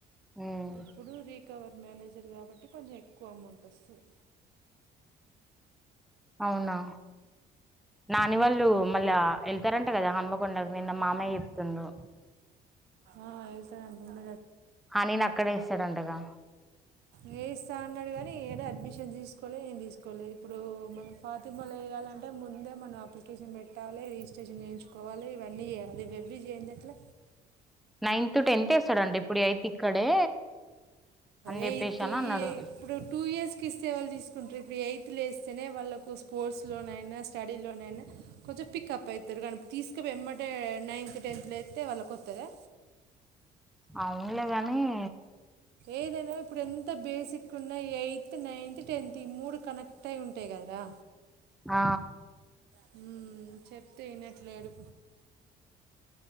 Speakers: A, in the centre; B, on the right.
A: ఉమ్
B: ఇప్పుడు రీ రీకవర్ మేనేజర్ కాబట్టి కొంచెం ఎ ఎక్కువ అమౌంట్ వస్తది
A: అవునా నాని వాళ్ళు మళ్ళా ఎళ్తరన్ కదా హనుమకొండకు నిన్న మామయ్య చెప్తుండు
B: ఆ ఎళ్తా డంట
A: ఆ నేను అక్కడ ఏస్తాడంటగా
B: వేయిస్తా అన్నాడు కానీ ఏడ అడ్మిషన్ తీసుకోలే ఏం తీసుకోలేదు ఇప్పుడు మనం పాతిమలై వేయాలంటే ముందే మనం అప్లికేషన్ పెట్టాలే రిజిస్ట్రేషన్ చేయించుకోవాలి ఇవన్నీ చేయంది ఎట్ల
A: నైన్త్ టెన్త్ ఎస్తాడండి ఇప్పుడు ఎయిత్ ఇక్కడే అని
B: ఎయిత్
A: చెప్పేసి అని అన్నాడు
B: ఈ ఇప్పుడు టూ ఇయర్స్ కి ఇస్తే ఎవళ్ళు తీసుకుంటారు ఇప్పుడు ఎయిత్ లో ఏస్ ఎస్తేనే వాళ్ళకు స్పోర్ట్స్లోనైనా స్టడీలోనైనా కొంచెం పికప్ అయ్తారు కానీ తీసుకపోయి వెంబటే నైన్త్ టెన్త్ అత్తేవాల కొత్తదా
A: అవునులే గాని
B: ఏదైనా ఇప్పుడు ఎంత బేసిక్ ఉన్నా ఎయిత్ నైన్త్ టెన్త్ ఈ మూడు కనెక్ట్ అయి ఉంటాయి గదా
A: ఆ
B: హుమ్ చెప్తే వినట్లేడు